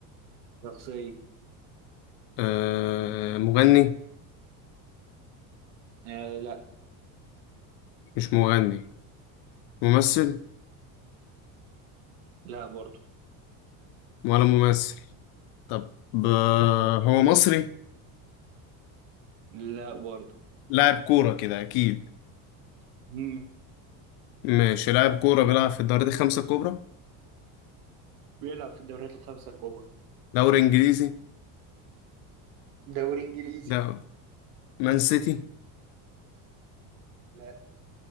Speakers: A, on the right; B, on the left.
A: شخصية
B: آه، مغني
A: آه لا
B: مش مغني ممثل
A: لا برضو
B: ولا ممثل طب آه، هو مصري
A: لا برضو
B: لاعب كورة كده أكيد
A: مم.
B: ماشي لاعب كورة بيلعب في الدوري دي خمسة كبرى
A: بيلعب في الدوريات الخمسة الكبرى
B: دوري إنجليزي
A: دوري انجليزي
B: ده مان سيتي
A: لا